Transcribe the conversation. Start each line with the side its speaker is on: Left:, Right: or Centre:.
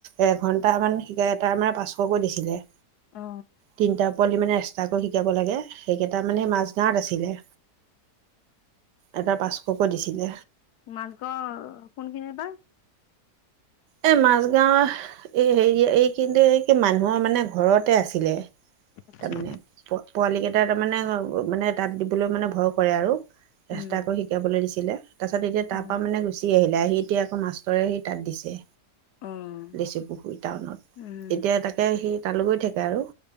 Right: এঘন্টামান শিকায় তাৰ মানে পাঁচশকৈ দিছিলে
Left: অ
Right: তিনিটা পোৱালি মানে এক্সট্ৰাকৈ শিকাব লাগে সেইকেইটা মানে মাজ গাঁৱত আছিলে এটা পাঁচশকৈ দিছিলে
Left: মাজগৰ কোনখিনি বা
Right: এই মাজগাওঁ এই হেৰি এই কিন্তু এই কি মানুহৰ মানে ঘৰতে আছিলে
Left: আচ্ছা
Right: তাৰমানে প পোৱালি কেইটা তাৰমানে মানে তাত দিবলৈ মানে ভয় কৰে আৰু
Left: উম,
Right: এক্সট্ৰা কৈ শিকাবলৈ দিছিলে তাৰপাছত এতিয়া
Left: উম,
Right: তাপা মানে গুচি দি আহিলে আহি এতিয়া আক মাষ্টৰে সি তাত দিছে
Left: উম,
Right: লেচুপুখুৰী টাউনত
Left: উম,
Right: তেতিয়া তাকে সেই তালৈ গৈ থাকে আৰু